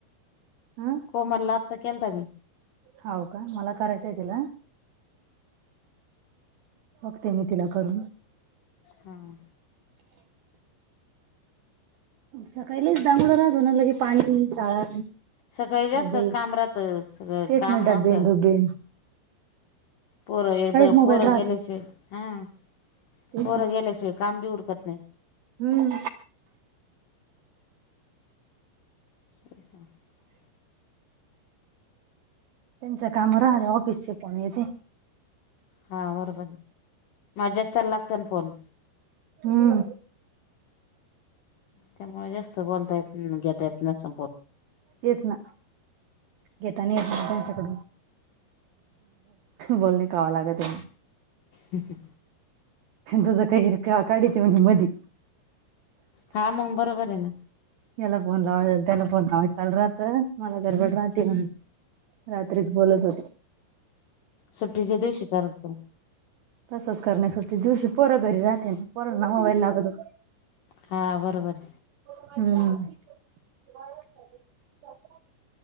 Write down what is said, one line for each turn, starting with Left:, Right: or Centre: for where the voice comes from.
Right: हं,
Left: कोमलला आता केलता मी.
Right: हव का मला करायचं आहे तीला, बघते मी तिला करून,
Left: हां हा,
Right: सकाळी लईच डांगडो राहतो ना लगेच पाणी शाळा.
Left: सकाळी जास्तच
Right: डबे
Left: काम राहतं सगळं
Right: तेच
Left: काम
Right: ना ड्बे
Left: असं
Right: डुबे
Left: पोरं एकदा
Right: मोबाईल
Left: पोरं
Right: राहतो
Left: गेल्याशिवाय हां
Right: तेच
Left: पोरं
Right: ना
Left: गेल्याशिवाय काम बी उरकत नाही.
Right: हम्म,
Left: <inaudible>
Right: त्यांच काम राहले ऑफिसचे फोन येते.
Left: हा बरोबर माझ्याच त्यायला लागतल फोन,
Right: हम्म,
Left: त्यामुळे जास्त बोलतायेत नाही घेता येत नसन फोन,
Right: तेच ना घेता नाही येत त्यांच्याकडून, बोलणे खावा लागते,
Left: ह ह,
Right: तुझ काहीही काढित म्हणे मधी,
Left: हा मग बरोबर आहे ना,
Right: याला फोन लावायचा त्याला फोन लावायचा चालु राहत मला गरबड राहते म्हणे रात्री, बोलत होते.
Left: सुट्टीच्या दिवशी करत जाय.
Right: तसंच करण्या सुोटते दिवशी पोरं घरी राहते पोरं ना मोबाईल लागतो.
Left: हा बरोबर.
Right: हम्म.